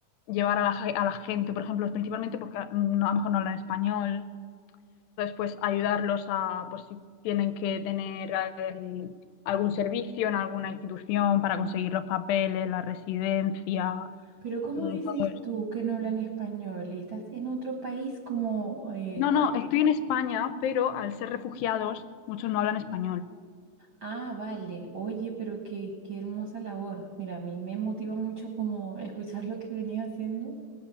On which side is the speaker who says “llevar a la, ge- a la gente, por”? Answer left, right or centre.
Left